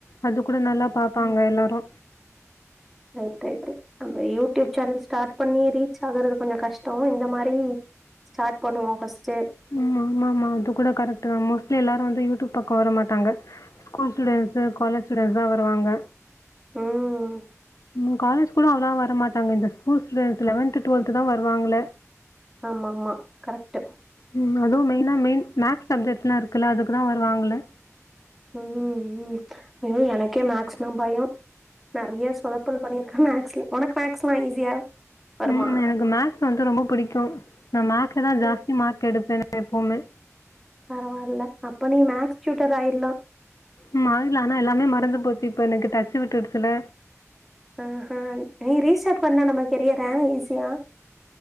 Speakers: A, on the left (about 85°); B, in the centre.
A: அது கூட நல்லா பாாப்பாங்க எல்லாரு
B: <unintelligible> அ யூடியூப் சேனல் ஸ்டார்ட் பண்ணி ரீச் ஆகுறது கொஞ்ச கஷ்டோ இந்த மாரி ஸ்டாட் பண்ணுவோ ஃபஸ்டு
A: ம் ஆமா ஆமா அது கூட கரெக்ட் தா மோஸ்ட்லி எல்லாரு வந்து யூடியூப் பக்கம் வர மாட்டாங்க ஸ்கூல்ஸ்ச இருந்து காலேஜ் ஸ்டூடண்ஸ் தா வருாங்க
B: ம்
A: ம் காலேஜ் கூட அவ்ளா வர மாட்டாங்க இந்த ஸ்கூல் ஸ்டூடண்ட்ஸ் லெவன்த் டுவல்த் தான் வருவாங்க
B: ஆமா ஆமா கரெக்ட்
A: ம் அதுவு மெயினா மெயின் மேக்ஸ் சப்ஜெக்ட்லா இருக்குது அதுக்கு தா வருவாங்கல
B: ம் ம் ஐயோ எனக்கே மேக்ஸ்னா பயோ நெறையா சொதப் துள் பண்ணிருக்கன் மேக்ஸ்ல ஒனக்கு மேக்ஸ்ல்லா ஈஸியா வருமா?
A: ம் எனக்கு மேக்ஸ் வந்து ரொம்ப புடிக்கும் நா மேக்ஸல தா ஜாஸ்தி
B: ம்.
A: மார்க் எடுப்பன் நா எப்பவுமே
B: பரவாயில்ல அப்ப நீ மேக்ஸ் சூட்டர் ஆயிடலாம்
A: ம் ஆயிடுலா ஆனா எல்லாமே மறந்து போச்சி இப்ப எனக்கு டச்சு விட்டுடுச்சில்ல
B: ஆஹ நீ ரீடார்ட் பண்ண நம்ம கெரியற ஈஸியா